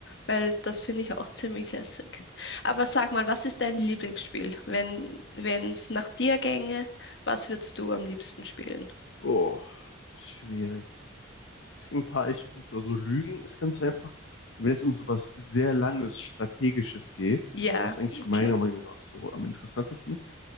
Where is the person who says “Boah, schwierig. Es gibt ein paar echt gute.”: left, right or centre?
Left